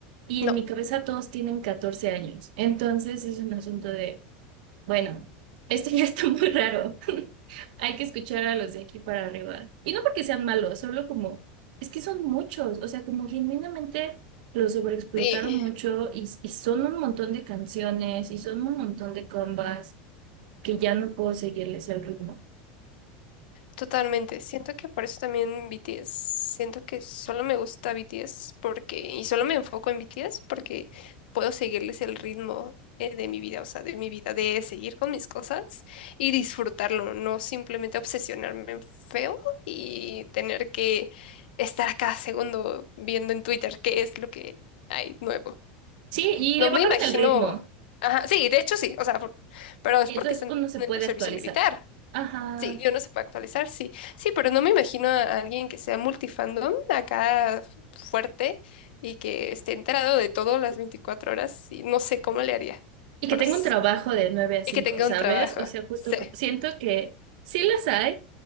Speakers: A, on the right; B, on the left.
A: y
B: No,
A: en mi cabeza todos tienen 14 años. Entonces es un asunto de, bueno, esto <laughs> ya está muy raro. <laughs> Hay que escuchar a los de aquí para arriba. Y no porque sean malos, solo como, es que son muchos, o sea, como genuinamente los sobreexplotaron
B: sí.
A: mucho y, y son un montón de canciones y son un montón de combas que ya no puedo seguirles el ritmo.
B: Totalmente. Siento que por eso también BTS. Siento que solo me gusta BTS porque, y solo me enfoco en BTS porque puedo seguirles el ritmo eh, de mi vida, o sea, de mi vida, de seguir con mis cosas y disfrutarlo, no simplemente obsesionarme en feo y tener que estar a cada segundo viendo en Twitter qué es lo que hay nuevo.
A: Sí, y
B: No
A: le bajaron
B: me imagino.
A: el ritmo.
B: Ajá, sí, de hecho sí, o sea, por- pero
A: Y
B: es porque
A: Entonces
B: están
A: uno se
B: en
A: puede
B: el servicio
A: actualizar.
B: militar.
A: Ajá.
B: Sí, yo no se puede actualizar, sí. Sí, pero no me imagino a alguien que sea multifandom acá f- fuerte y que esté enterado de todo las 24 horas y no sé cómo le haría.
A: Y que
B: Pero
A: tenga
B: s-
A: un trabajo de nueve a cinco
B: y que tenga
A: ¿sabes?
B: un trabajo.
A: O sea, justo
B: Sí,
A: co- siento que sí las hay,